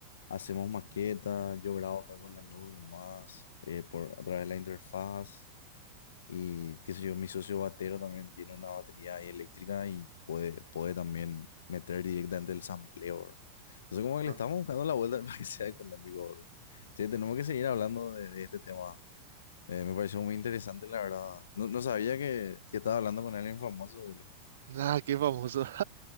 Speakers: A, on the left; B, on the right.
A: hacemos maquetas. yo grabo acá con la nube nomás, eh, por, a través de la interfaz. Y qué sé yo, mi socio batero también tiene una batería ahí eléctrica y puede, puede también meter directamente el sampleo. bro. Entonces, como que
B: Claro.
A: le estamos buscando la vuelta <laughs> para que sea económico, bro. Che, tenemos que seguir hablando de, de este tema. Eh, me pareció muy interesante, la verdad. No, no sabía que, que estaba hablando con alguien famoso, boludo.
B: Nada, qué famoso. <laughs>